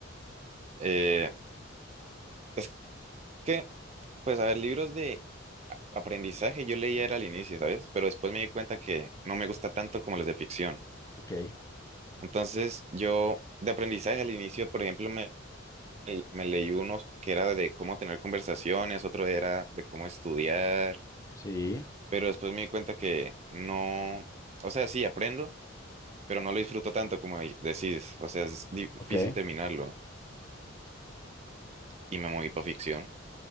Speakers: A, on the right; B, on the left.
A: Eh, es que, pues, a ver, libros de a- aprendizaje yo leía era al inicio, ¿sabes? Pero después me di cuenta que no me gusta tanto como los de ficción.
B: Ok,
A: Entonces, yo de aprendizaje al inicio, por ejemplo, me y me leí unos que era de cómo tener conversaciones, otro era de cómo estudiar,
B: sí,
A: pero después me di cuenta que no, o sea, sí aprendo, pero no lo disfruto tanto como y- decís, o sea, es difícil
B: ok.
A: terminarlo y me moví para ficción.